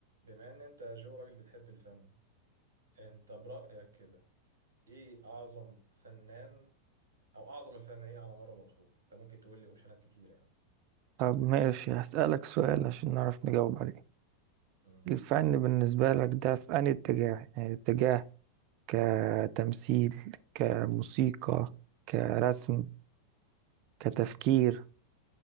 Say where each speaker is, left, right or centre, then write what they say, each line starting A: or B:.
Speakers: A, on the right; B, on the right.
A: بما ان انت يا جو راجل بتحب الفن انت برأيك كده ايه اعظم فنان او اعظم الفنانين على مر العصور انت ممكن تقول لي اوبشنات كتير يعني
B: طب ماشي هسألك سؤال عشان نعرف نجاوب عليه
A: مم.
B: الفن بالنسبة لك ده في أنهي اتجاه يعني اتجاه كتمثيل كموسيقى كرسم كتفكير